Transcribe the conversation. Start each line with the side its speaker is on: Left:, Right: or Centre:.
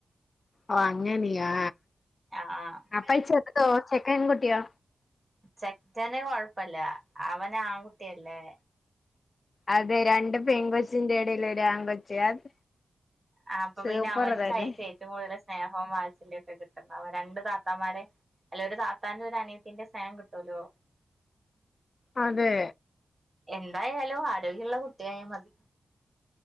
Left: ഓഹ് അങ്ങനെയാ
Right: ആഹ്
Left: അപ്പ ഈ ചെറ്തോ ചെക്കൻകുട്ടിയോ?
Right: ചെക്കന് കൊഴപ്പല്ലാ അവന് ആൺകുട്ടിയല്ലേ
Left: അതെ രണ്ട് പെൺ കൊച്ചിൻ്റെ എടേല് ഒരു ആൺ കൊച് അത്
Right: ആഹ് അപ്പൊ
Left: സൂപ്പർ
Right: പിന്നെ അവന്ക്കായിരിക്കും
Left: തന്നെ
Right: ഏറ്റവും കൂടുതൽ സ്നേഹവും വാത്സല്യൊക്കെ കിട്ടുന്നെ അപ്പ രണ്ട് താത്തമാരെ അല്ലാ ഒരു താത്തന്റെ ഒരു അനിയത്തിന്റെ സ്നേഹം കിട്ടുവല്ലോ
Left: അതെ
Right: എന്തായാലും ആരോഗ്യള്ള കുട്ടിയായ മതി